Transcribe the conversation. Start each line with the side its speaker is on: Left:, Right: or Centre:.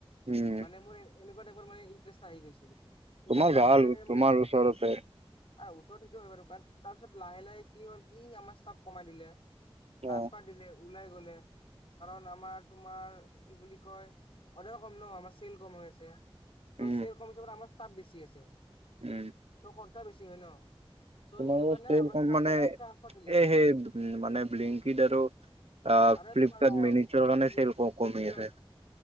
Right: উম
Left: মানে মোৰ এনেকুৱা টাইপৰ মান ইণ্টাৰেষ্ট আহি গৈছে <unintelligible> পিছত
Right: তোমাৰ
Left: লাহে
Right: ভাল
Left: লাহে
Right: তোমাৰ
Left: মানে
Right: ওচৰতে
Left: ওচৰত সেটো হয় বাৰু তাৰপিছত লাহে লাহে কি হ'ল কি আমাৰ ষ্টাফ কমাই দিলে। টাছপাৰ
Right: উম
Left: দিলে। ওলাই গ'লে কাৰণ আমাৰ তোমাৰ কি বুলি কয়? অৰ্ডাৰ কম ন, আমাৰ চেল কম হৈ আছে। ত
Right: উম
Left: চে আমাৰ ষ্টাফ বেছি আছে।
Right: উম।
Left: ত খৰচা বেছি ছি হয় ন? চ সেইটো
Right: তোমালোকৰ
Left: কাৰণে
Right: চেল
Left: আমাৰ
Right: কম
Left: ষ্টাফ
Right: মানে
Left: বিলাক ট্ৰান্সফাৰ দিলে।
Right: এই সেই উম, মানে ব্লিংকিত আৰু অ
Left: আৰে
Right: ফ্লিপকাৰ্ট
Left: তোমাৰ অ
Right: মিনিটৰ কাৰণে
Left: ফিলিপ
Right: চেল ক
Left: ফ্লিপকাৰ্ট-
Right: কমি আছে